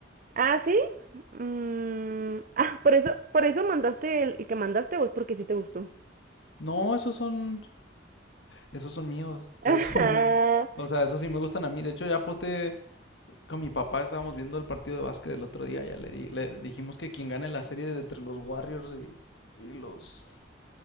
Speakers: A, on the right (about 45°); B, on the left (about 80°).
A: Ah, ¿sí? Mm, ah, por eso, por eso mandaste el, el que mandaste o es porque sí te gustó.
B: No, esos son, esos son míos,
A: <laughs>
B: esos son, <laughs> o sea, esos sí me gustan a mí. De hecho, ya posté Con mi papá estábamos viendo el partido de básquet del otro día, ya le, di- le dijimos que quien gane la serie de entre los Warriors y, y los,